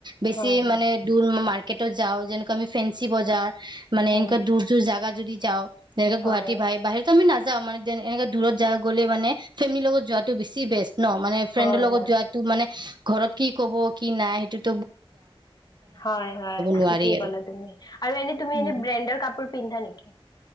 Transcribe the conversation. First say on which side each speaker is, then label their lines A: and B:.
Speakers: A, on the right; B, on the left.
A: বেছি
B: হয় হয়
A: মানে দূৰ মাৰ্কেটত যাওঁ যেনেকুৱা আমি ফেঞ্চি বজাৰ মানে
B: উম
A: এনেকুৱা দূৰ জাগা যদি যাওঁ তেনেকে
B: হয়
A: গুৱাহাটী ভাই বাহিৰত আমি নাযাওঁ মানে এনেকে দূৰত জাগা গলে মানে ফেমিলিৰ লগত যোৱাটো বেছি বেষ্ট। ন মানে ফ্ৰেণ্ডৰ
B: হয়
A: লগত
B: হয়
A: যোৱাটো মানে ঘৰত কি ক'ব কি নাই সেইটোত
B: হয় হয়
A: নোৱাৰি
B: ঠিকেই
A: আৰু
B: কলা তুমি আৰু এনে তুমি
A: উম
B: এনে ব্ৰেণ্ডৰ কাপোৰ পিন্ধা নেকি?